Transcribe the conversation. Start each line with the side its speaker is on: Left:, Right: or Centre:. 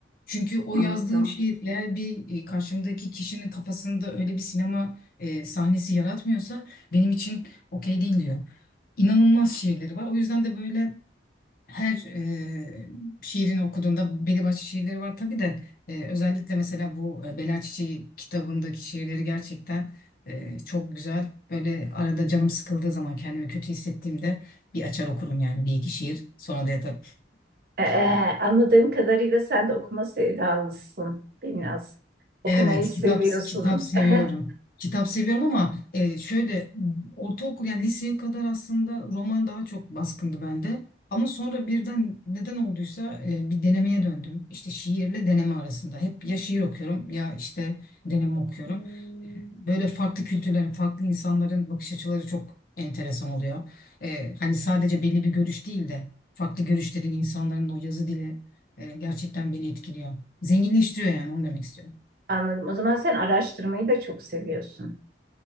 Left: Çünkü o
Right: Anladım.
Left: yazdığım şiir eğer bir e, karşımdaki kişinin kafasında öyle bir sinema e, sahnesi yaratmıyorsa benim için okey değil diyor. İnanılmaz şiirleri var. O yüzden de böyle her e, şiirini okuduğunda belli başlı şiirleri var tabii de e, özellikle mesela bu e, Bela Çiçeği kitabındaki şiirleri gerçekten e, çok güzel. Böyle arada canım sıkıldığı zaman kendimi kötü hissettiğimde bir açar okurum yani bir iki şiir sonra da yatarım.
Right: E, e, anladığım kadarıyla sen de okuma sevdalısın. Biraz. Okumayı
Left: Evet,
Right: seviyorsun.
Left: kitap kitap seviyorum.
Right: <laughs>
Left: Kitap seviyorum ama e, şöyle ortaokul yani liseye kadar aslında roman daha çok baskındı bende. Ama sonra birden neden olduysa e, bir denemeye döndüm. İşte şiirle deneme arasında. Hep ya şiir okuyorum ya işte deneme okuyorum.
Right: Hmm.
Left: Böyle farklı kültürlerin, farklı insanların bakış açıları çok enteresan oluyor. E, hani sadece belli bir görüş değil de farklı görüşlerin insanların o yazı dili e, gerçekten beni etkiliyor. Zenginleştiriyor yani onu demek istiyorum.
Right: Anladım. O zaman sen araştırmayı da çok seviyorsun.